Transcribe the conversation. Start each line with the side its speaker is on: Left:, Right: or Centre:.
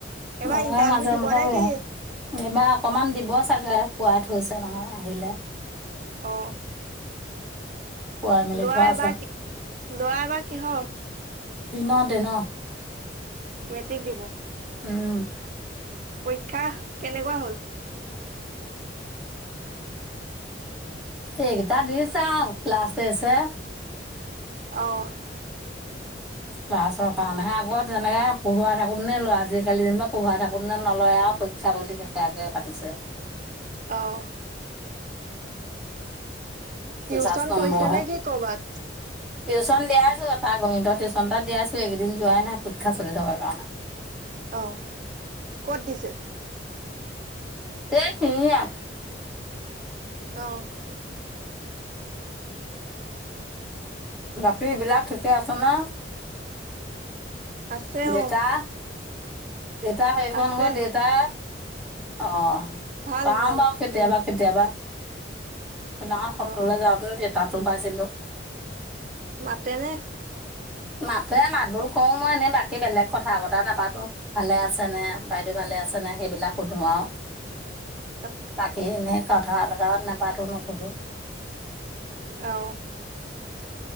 Right: এইবাৰ
Centre: ম
Right: ইণ্টাৰভিউ
Centre: মাজা
Right: দিব
Centre: মাজা
Right: নে
Centre: ব
Right: কি?
Centre: এইবাৰ অকমান দিব চাগে পোৱাই থৈছে নহয় আহিলে
Right: অ
Centre: পুৱাই মেলি
Right: লোৱা
Centre: থোৱা আছে
Right: এবাৰ কি লোৱা এ বাৰ কিহৰ
Centre: দিনতে ন
Right: মেট্ৰিক দিব
Centre: উম
Right: পৰীক্ষা কেনেকুৱা হ'ল
Centre: এইকেইটা দি চাও লাষ্টতেজ হে
Right: অ'।
Centre: ক্লাছৰ কাৰণেহে আগত তেনেকে পঢ়ুৱাই থাকো নে লয়, আজিকালি যেনিবা পঢ়াই থাকো নে নলয় আৰু প ছাগলীটো কে কে পাতিছে।
Right: অ'।
Centre: পঞ্চাছ
Right: টিউশচন
Centre: নম্বৰহে
Right: কৰিছে নে কি কৰ'বাত?
Centre: টিউচন দিয়াইছোঁ, এটা গণিতৰ টিউচন এটা দিয়াইছোঁ। কেইদিন যোৱাই নাই পৰীক্ষা চলি থকাৰ কাৰণে।
Right: অ'। ক'ত দিছে?
Centre: এই চিঙীয়া।
Right: অ'।
Centre: বাকীবিলাক ঠিকে আছে নে?
Right: আছে
Centre: দেউতা
Right: অ'।
Centre: দেউতা সেইখন
Right: আছে
Centre: দেউতা, অ', অ'।
Right: ভাল
Centre: পাম
Right: ভাল
Centre: বা কেতিয়াবা
Right: উম
Centre: কেতিয়াবা। সেইদিনাখন সত্ৰলৈ
Right: অহ
Centre: যাওঁতে যে তাতো পাইছিলোঁ।
Right: মাতেনে?
Centre: মাতে, মাত বোল কৰো মই, এনেই বাকী বেলেগ কথা বতা নাপাতো। ভালে আছেনে, বাইদেউ ভালে আছেনে, সেইবিলাক সুধো আৰু।
Right: <inaudible>
Centre: বাকী এনে কথা বতৰা নপাতো, নকোধো।
Right: অ'।